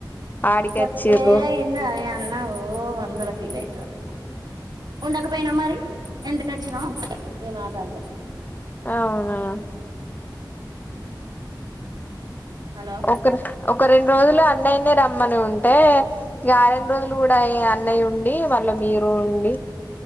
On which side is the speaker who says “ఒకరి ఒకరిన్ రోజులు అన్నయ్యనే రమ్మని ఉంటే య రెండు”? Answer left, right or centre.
Left